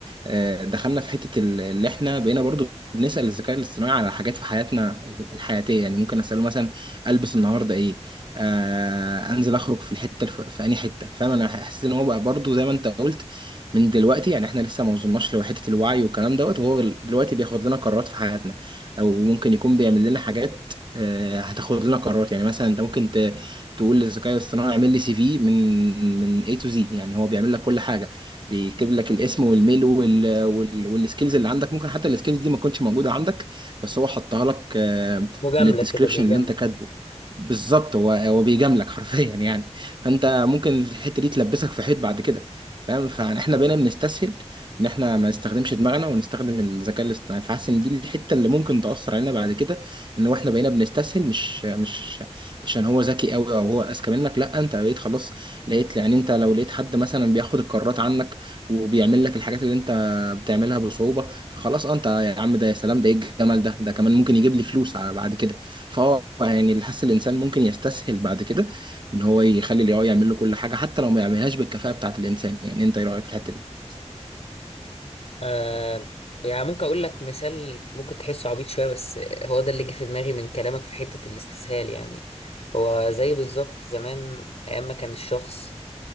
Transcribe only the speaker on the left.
مجاملة
كده بيجامل
آه يعني ممكن اقول لك مثال ممكن تحسه عبيط شويه بس هو ده اللي جه في دماغي من كلامك في حته الاستسهال يعني هو زي بالظبط زمان ايام ما كان الشخص